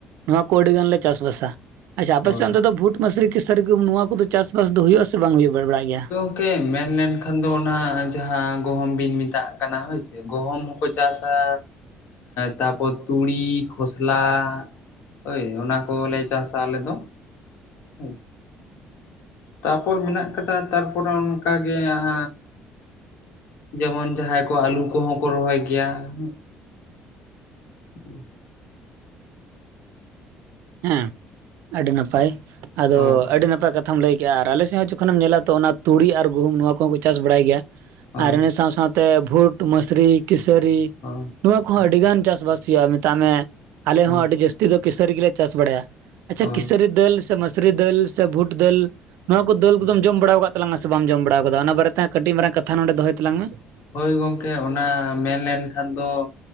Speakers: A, on the right; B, on the left.
A: ᱱᱚᱣᱟ ᱠᱚ ᱟᱹᱰᱤ ᱜᱟᱱᱞᱮ ᱪᱟᱥᱵᱟᱥᱼᱟ ᱾ ᱟᱪᱪᱷᱟ ᱟᱯᱮ
B: ᱦᱳᱭ
A: ᱥᱮᱫ ᱚᱱᱛᱮ ᱫᱚ ᱵᱷᱩᱴ ᱢᱟᱥᱨᱤ ᱠᱤᱥᱟᱹᱨᱤ ᱱᱚᱣᱟ ᱠᱚᱫᱚ ᱪᱟᱥᱵᱟᱥ ᱫᱚ ᱦᱩᱭᱩᱜ-ᱟ ᱥᱮ ᱵᱟᱝ ᱦᱩᱭ ᱵᱟᱲᱟᱜ ᱜᱮᱭᱟ?
B: ᱜᱠᱮ ᱢᱮᱱ ᱢᱮᱱᱠᱷᱟᱱ ᱫᱚ ᱚᱱᱟ ᱡᱟᱦᱟᱸ ᱜᱚᱦᱚᱢ ᱵᱤᱱ ᱢᱮᱛᱟᱜ ᱠᱟᱱᱟ, ᱦᱳᱭ ᱥᱮ ᱜᱚᱦᱩᱢ ᱦᱚᱸᱠᱚ ᱪᱟᱥᱼᱟ, ᱛᱟᱨᱯᱚᱨ ᱛᱩᱲᱤ ᱠᱷᱚᱥᱞᱟ ᱦᱳᱭ ᱚᱱᱟ ᱠᱚᱞᱮ ᱪᱟᱥᱟ ᱟᱞᱮ ᱫᱚ ᱦᱳᱭ ᱥᱮ ᱾ ᱛᱟᱯᱚᱨ ᱢᱮᱱᱟᱜ ᱠᱟᱫᱟ ᱛᱟᱨᱯᱚᱨᱮ ᱚᱱᱠᱟᱜᱮ ᱦᱟᱸᱜ ᱡᱮᱢᱚᱱ ᱡᱟᱦᱟᱸᱭ ᱠᱚ ᱟᱹᱞᱩ ᱠᱚᱦᱚᱸ ᱠᱚ ᱨᱚᱦᱚᱭ ᱜᱮᱭᱟ ᱾ <inaudible>
A: ᱦᱮᱸ ᱟᱹᱰᱤ ᱱᱟᱯᱟᱭ, ᱟᱫᱚ
B: ᱦᱳᱭ
A: ᱟᱹᱰᱤ ᱱᱟᱯᱟᱭ ᱠᱟᱼᱼ ᱠᱟᱛᱷᱟᱢ ᱞᱟᱹᱭ ᱠᱮᱜᱼᱟ ᱟᱨ ᱟᱞᱮ ᱥᱮᱫ ᱦᱚᱸ ᱡᱚᱠᱷᱚᱱᱮᱢ ᱧᱮᱞᱟ ᱛᱚ ᱛᱩᱲᱤ ᱟᱨ ᱜᱩᱦᱩᱢ ᱱᱚᱣᱟ ᱠᱚᱦᱚᱸ ᱠᱚ ᱪᱟᱥ ᱵᱟᱲᱟᱭ ᱜᱮᱭᱟ ᱾
B: ᱦᱳᱭ
A: ᱟᱨ ᱤᱱᱟᱹ ᱥᱟᱶ ᱥᱟᱶᱛᱮ ᱵᱷᱩᱴ ᱢᱟᱥᱨᱤ ᱠᱤᱥᱟᱹᱨᱤᱼᱼ
B: ᱚ
A: ᱱᱚᱣᱟ ᱠᱚᱦᱚᱸ ᱟᱹᱰᱤ ᱜᱟᱱ ᱪᱟᱥᱼᱵᱟᱥ ᱦᱩᱭᱩᱜᱼᱟ ᱢᱮᱛᱟᱜ ᱢᱮ, ᱟᱞᱮ
B: ᱦᱳᱭ
A: ᱦᱚᱸ ᱟᱹᱰᱤ ᱡᱟᱹᱥᱛᱤ ᱫᱚ ᱠᱤᱥᱟᱹᱨᱤ ᱜᱮᱞᱮ ᱪᱟᱥ ᱵᱟᱲᱟᱭᱟ ᱾ ᱟᱪᱪᱷᱟ
B: ᱦᱳᱭ
A: ᱠᱤᱥᱟᱹᱨᱤ ᱫᱟᱹᱞ ᱥᱮ ᱢᱟᱥᱨᱤ ᱫᱟᱹᱞ ᱥᱮ ᱵᱷᱩᱴ ᱫᱟᱹᱞ ᱱᱚᱣᱟ ᱠᱚ ᱫᱟᱹᱞ ᱠᱚᱫᱚᱢ ᱡᱚᱢ ᱵᱟᱲᱟᱣ ᱟᱠᱟ ᱛᱟᱞᱟᱝᱟ ᱥᱮ ᱵᱟᱢ ᱡᱚᱢ ᱵᱟᱲᱟ ᱟᱠᱟᱫᱟ ᱚᱱᱟ ᱵᱟᱨᱮᱛᱮ ᱠᱟᱹᱴᱤᱡ ᱢᱟᱨᱟᱝ ᱠᱟᱛᱷᱟ ᱱᱚᱰᱮ ᱫᱚᱦᱚᱭ ᱛᱟᱞᱟᱝ ᱢᱮ ᱾
B: ᱦᱚᱭ ᱜᱚᱝᱠᱮ ᱚᱱᱟ ᱢᱮᱱ ᱞᱮᱱᱠᱷᱟᱱ ᱫᱚ